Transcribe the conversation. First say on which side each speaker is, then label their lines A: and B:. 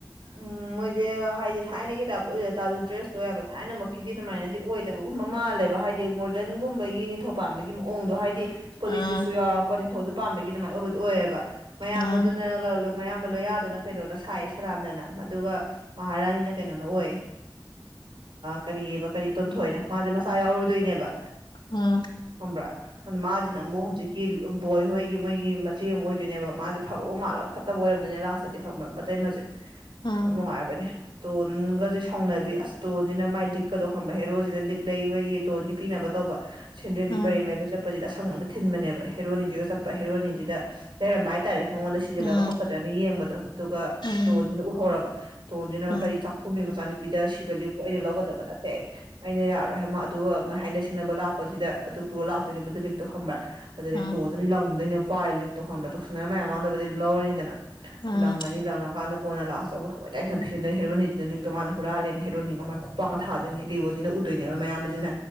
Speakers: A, on the right; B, on the left.
A: ꯎꯝ ꯃꯣꯏꯁꯦ ꯍꯥꯏꯗꯤ ꯊꯥꯏꯅ ꯀꯈꯤꯇꯕꯇ ꯑꯣꯏ ꯗꯨ ꯗ꯭ꯔꯦꯁꯇꯣ ꯌꯥꯝꯅ ꯊꯥꯏꯅꯃꯛꯀꯤꯗꯤ ꯑꯗꯨꯃꯥꯏꯅꯗꯤ ꯑꯣꯏꯗꯕꯒꯨꯝꯕ ꯃꯥꯜꯂꯦꯕ ꯍꯥꯏꯗꯤ ꯗ ꯒꯨꯝꯕꯒꯤ ꯅꯤꯡꯊꯧ ꯄꯥꯟꯕꯒꯤ ꯃꯑꯣꯡꯗꯣ ꯍꯥꯏꯗꯤ ꯄꯣꯂꯤꯇꯤꯛꯁꯨ
B: ꯎꯝ
A: ꯌꯥꯎꯔꯛꯄ ꯅꯤꯡꯊꯧꯖꯤꯛ ꯑꯄꯥꯝꯕꯒꯤ ꯑꯗꯨꯃꯥꯏꯅ ꯑꯣꯏꯕꯗꯨꯣ ꯑꯣꯏꯌꯦꯕ ꯃꯌꯥꯝꯕꯗꯨꯅ
B: ꯎꯝ
A: ꯃꯌꯥꯝꯕ ꯂꯣꯌꯥꯗꯨꯅ ꯀꯩꯅꯣꯅ ꯁꯥꯏꯌꯦ ꯁꯂꯟꯗꯅ ꯑꯗꯨꯒ ꯃꯍꯥꯔꯥꯅꯤꯅ ꯀꯩꯅꯣꯅ ꯑꯣꯏ ꯀꯔꯤ ꯀꯔꯤ ꯇꯨꯝꯊꯣꯏꯅꯦ ꯃꯥꯁꯦ ꯃꯁꯥ ꯌꯥꯎꯔꯣꯏꯗꯣꯏꯅꯦꯕ
B: ꯎꯝ
A: ꯑꯣꯝꯕ꯭ꯔꯥ ꯃꯥꯖꯤꯅ ꯑꯃꯨꯛ ꯍꯧꯖꯤꯛꯀꯤ ꯕꯣꯏ ꯍꯣꯏꯒꯤ ꯃꯣꯏꯒꯤ ꯃꯆꯦ ꯑꯃ ꯑꯣꯏꯗꯣꯏꯅꯦꯕ ꯃꯥꯁꯦ ꯐꯕꯕꯨ ꯃꯥꯜꯂꯒ ꯐꯠꯇꯕ ꯑꯣꯏꯔꯝꯗꯣꯏꯅꯦ ꯂꯥꯁꯇꯗꯤ ꯈꯪꯕ꯭ꯔ ꯃꯇꯩ ꯃꯁꯦ꯫
B: ꯎꯝ
A: ꯌꯥꯝ ꯅꯨꯡꯉꯥꯏꯕꯅꯦ꯫ ꯇꯣꯟꯒꯁꯦ ꯁꯥꯎꯅꯕꯤ ꯑꯁꯇꯣꯟꯁꯤꯅ ꯃꯥꯏ ꯂꯤꯛꯀꯗꯧ ꯈꯪꯕ꯭ꯔꯥ ꯍꯦꯔꯣꯁꯤꯅ ꯂꯤꯛ ꯂꯩꯕꯒꯤ ꯇꯣꯟꯒꯤ ꯄꯤꯅꯕ ꯇꯧ ꯇꯧꯕ ꯁꯦꯟꯗ꯭ꯔꯦꯝꯕꯤ
B: ꯎꯝ ꯎꯝ
A: ꯄꯔꯦꯡ ꯂꯩꯕ ꯆꯠꯄꯁꯤꯗ ꯑꯁꯪꯕꯅ ꯊꯤꯟꯕꯅꯦꯕ ꯍꯦꯔꯣꯅꯤꯁꯤꯒ ꯆꯠꯄ ꯍꯦꯔꯣꯅꯤꯁꯤꯗ ꯂꯩꯔꯝꯕ ꯍꯥꯏꯇꯥꯔꯦ꯫ ꯃꯉꯣꯟꯗ ꯁꯤꯖꯤꯜꯂꯒ
B: ꯎꯝ
A: ꯄꯛꯀꯗ꯭ꯔꯅ ꯌꯦꯡꯕꯗꯣ ꯑꯗꯨꯒ
B: ꯎꯝ
A: ꯇꯣꯁꯤꯅ ꯎꯍꯧꯔꯕ꯫ ꯇꯣꯟꯁꯤꯅ
B: ꯎꯝ
A: ꯀꯔꯤ ꯆꯥꯛꯊꯣꯃꯤ ꯃꯆꯥꯅꯨꯄꯤꯗ ꯁꯤꯕ ꯂꯤꯞꯄꯨ ꯑꯩꯅ ꯂꯧꯒꯗꯕ ꯅꯠꯇꯦ ꯑꯩꯅ ꯌꯥꯔꯣꯏ ꯍꯥꯏꯃ ꯑꯗꯨꯒ ꯃꯣꯏ ꯍꯥꯏꯅ ꯁꯤꯡꯅꯕ ꯂꯥꯛꯄꯁꯤꯗ ꯑꯗꯨ ꯄꯨꯔ ꯂꯥꯛꯇꯣꯏꯅꯦ ꯃꯗꯨ ꯂꯤꯛꯇꯣ ꯈꯝꯕꯕ꯭ꯔꯥ ꯑꯗꯨꯗꯩ
B: ꯎꯝ
A: ꯇꯣꯟꯗꯨꯅ ꯂꯪꯗꯣꯏꯅꯦ꯫ ꯄꯥꯏ ꯂꯤꯛ ꯇꯣꯛ ꯈꯟꯕ꯭ꯔꯥ ꯇꯧꯁꯤꯟꯗꯅ ꯃꯌꯥꯝ ꯃꯥꯡꯗꯕꯨꯗꯤ ꯑꯗꯨꯝ ꯂꯧꯔꯅꯤꯗꯅ
B: ꯎꯝ
A: ꯂꯪꯉꯅꯤ ꯂꯪꯉꯀꯥꯟꯗ ꯀꯣꯟꯅ ꯂꯥꯁ ꯀꯣꯏꯏ ꯇꯥꯏ ꯐꯅ ꯐꯤꯖꯗ ꯍꯦꯣꯅꯤꯁꯤꯅ ꯑꯗꯨꯗꯛꯇ ꯃꯥꯅ ꯍꯨꯔꯥꯜꯂꯦ ꯍꯦꯔꯣꯅꯤ ꯃꯥꯏ ꯈꯨꯄꯥꯛꯄꯒ ꯊꯥꯗꯣꯏꯅꯦ ꯗꯦꯕꯣꯁꯤꯅ ꯎꯗꯣꯏꯅꯦꯕ ꯃꯌꯥꯝꯕꯁꯤꯅ꯫